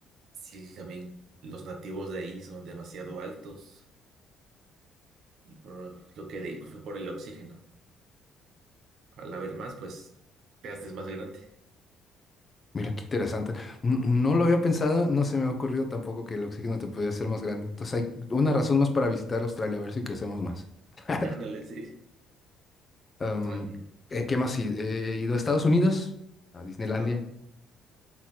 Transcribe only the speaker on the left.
Mira qué interesante. N- No, lo había pensado, no se me ha ocurrido tampoco que el oxígeno te pudiera ser más grande. Entonces hay una razón más para visitar Australia, a ver si crecemos más. <laughs>
Am,
eh, ¿qué más? Sí, he ido a Estados Unidos, a Disneylandia.